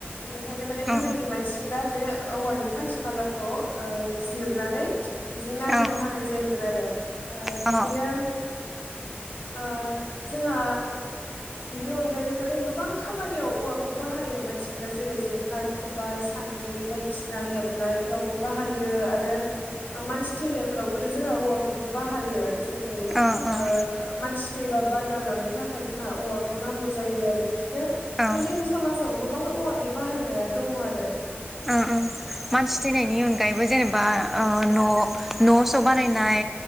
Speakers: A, on the left (about 60°); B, in the centre.
A: बेनिखायनो माने गोदोनि
B: औ
A: मानसि फोरा बे औवानि खाथि मालाखौ ओ जिरनानै बेजों नारिखौ
B: औ
A: हानाय जायो मोन आरो ओ
B: औ
A: बिदिनो ओ जोंहा बिनि अनगायैबो माने गोबां खामानियाव औवाखौ बाहायो मानसिफोरा जेरै जेखाइ खबाइ सान्द्रि बायदिसिना हेबनायफोरावबो बाहायो आरो मानसि थैनायफोरावबोथ जोंहा औवाफोरखौ बाहायो जेरै ओ
B: औ औ
A: मानसि मानसि थैबा बानना लांनो थाखाय जोंहा औवाखौ नांगौ जायो आरो बिदिनो
B: औ
A: जोंनि समाजाव गो बां औवानि बाहायनाया दङ आरो
B: ओम ओम मानसि थैनायनि अनगायै बो जेने बा ओ न न स बानायनाय